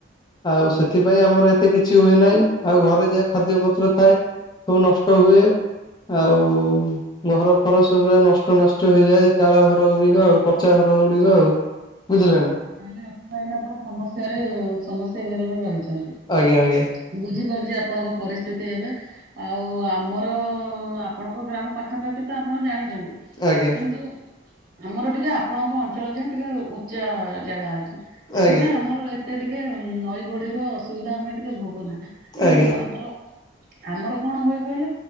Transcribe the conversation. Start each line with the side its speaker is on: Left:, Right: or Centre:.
Left: ଆଉ ସେଥିପାଇଁ ଆମର ଏତେ କିଛି ହୁଏ ନାହିଁ ଆଉ ଘରେ ଯାଏ ଖାଦ୍ୟ ପତ୍ର ଥାଏ। ସବୁ ନଷ୍ଟ ହୁଏ ଆଉ ଘର ଫର ସବୁୁରା ନଷ୍ଟ ନଷ୍ଟ ହେଇଯାଏ ଚାଳ ଘର ଗୁଡିକ ଆଉ ପଚା ଘର ଗୁଡିକ ଆଉ। ବୁଝିଲେ ନା।
Right: ତାହେଲେ ଆପଣ ଏନା ପୁରା ସମସ୍ୟାରେ ସମସ୍ୟା ଘେରରେ ରହିଛନ୍ତି।
Left: ଆଜ୍ଞା ଆଜ୍ଞା।
Right: ବୁଝିପାରୁଛି ଆପଣଙ୍କ ପରିସ୍ଥିତି ଏବେ। ଆଉ ଆମର ଆପଣଙ୍କ ଗ୍ରାମ ପାଖାପାଖି ତ ଆପଣ ଜାଣିଛନ୍ତି।
Left: ଆଜ୍ଞା
Right: କିନ୍ତୁ ଆମର ଟିକେ ଆପଣଙ୍କ ଅଞ୍ଚଳ ଯା ଟିକେ ଉଚ୍ଚା ଜାଗା ଅଛି। ସେଥିପାଇଁ
Left: ଆଜ୍ଞା
Right: ଆମର ଏତେ ଟିକେ ନଈ ବଢି ର ଅସୁବିଧା ଆମେ ଟିକେ ଭୋଗୁନା। କିନ୍ତୁ
Left: ଆଜ୍ଞା
Right: ଆମର ଆମର କଣ ହୁଏ କହିଲ